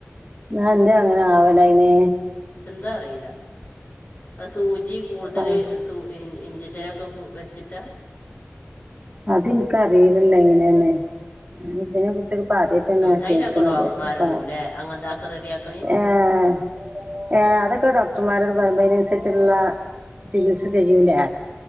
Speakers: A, on the right (about 30°); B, on the left (about 45°).
A: ന്നാ എന്തേ അങ്ങനെ ആവല അയ്ന്
B: എന്താ അറിയില്ല ആഹ് സൂചി കൂടുതൽ
A: ആഹ്
B: സൂ ഇഞ്ചക്ഷനൊക്കെ വെച്ചിട്ട
A: അത് ഇൻക്ക അറീലല്ലോ എങ്ങനേന്ന് ഞ്ഞി ഇതിനെ കുറിച്ചൊക്കെ പറി ന്നെ
B: ഉം, അതിനൊക്കെ
A: കേക്ക്ണന്നത്പ്പ
B: ഡോക്ടർമാരുണ്ടാവും അല്ലേ അങ്ങനത്തെ ഒക്കെ റെഡിയാക്കാൻ
A: ഏഹ് ഏ അതൊക്കെ ഡോക്ടർമാരോട് പരമ്പനനുസരിച്ചുള്ള ചികിത്സ ചെയ്യൂലേ